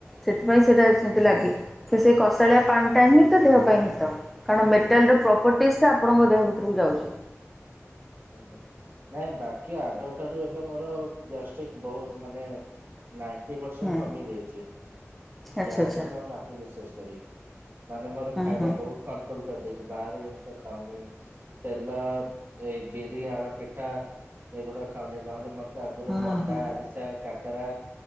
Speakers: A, in the centre; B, on the right.
A: ସେଥିପାଇଁ ସେଇଟା
B: ଆଜ୍ଞା
A: ସେମତି ଲାଗେ। ତ ସେଇ କଷାଳିଆ ପାଣିଟା ହିଁ ତ ଦେହ ପାଇଁ ହିତ। କାରଣ ମେଟାଲର ପ୍ରପର୍ଟିସ୍ଟା ଆପଣଙ୍କ ଦେହ ଭିତରକୁ ଯାଉଛି।
B: ଆଜ୍ଞା ନାଇଁ ବାକି ଆଗଠାରୁ ଏବେ ମୋର ଗ୍ୟାଷ୍ଟ୍ରିକ ବହୁତ ମାନେ ନାଇଣ୍ଟି ପରସେଣ୍ଟ
A: ହୁଁ
B: କମି ଯାଇଛି,
A: ଆଚ୍ଛା
B: ଗ୍ୟାସ୍
A: ଆଚ୍ଛା
B: ଏବେ ଆଉ ନାହିଁ ବିଶେଷ କରି। ମାନେ ମୋର
A: ହୁଁ
B: ଖାଇବା
A: ହୁଁ
B: ବହୁତ କଣ୍ଟ୍ରୋଲ କରିଦେଇଛି ବାହାରେ ଜିନିଷ ଖାଉନି। ତେଲ ଏଇ ବିରି ଆଳ ପିଠା ଏଗୁଡା ଖାଉନି ନହେଲେ ମତେ ଆଗରୁ
A: ହଁ
B: ମଣ୍ଡା
A: ହଁ
B: ଆରିଶା କାକରା